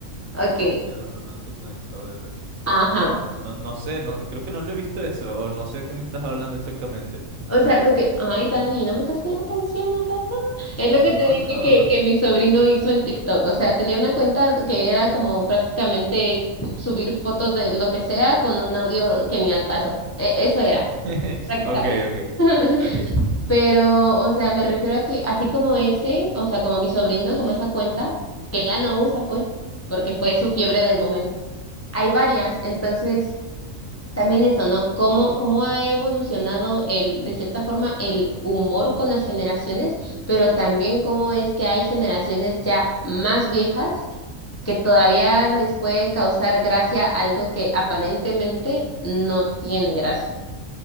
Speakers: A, on the left; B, on the right.
A: Ok,
B: Cristiano Ronaldo con el Chavo del Ocho.
A: ajá.
B: No, no sé, no, creo que no lo he visto eso, o no sé a qué me estás hablando exactamente.
A: O sea, lo que, ay, Dani, ¿no me estás poniendo atención acaso? Es lo que te
B: No,
A: dije
B: no.
A: que, que mi sobrino hizo en TikTok. O sea, tenía una cuenta que era como prácticamente subir fotos de lo que sea con un audio que ni al caso. E- eso era,
B: <laughs>
A: prácticamente.
B: Ok, ok,
A: <laughs>
B: ok.
A: Pero, o sea, me refiero a que así como ese, o sea, como mi sobrino, como esa cuenta, que ya no usa, pues, porque fue su fiebre del momento. Hay varias, entonces. También eso, ¿no? ¿Cómo, cómo ha evolucionado el, de cierta forma, el humor con las generaciones, pero también cómo es que hay generaciones ya más viejas que todavía les puede causar gracia algo que aparentemente no tiene gracia.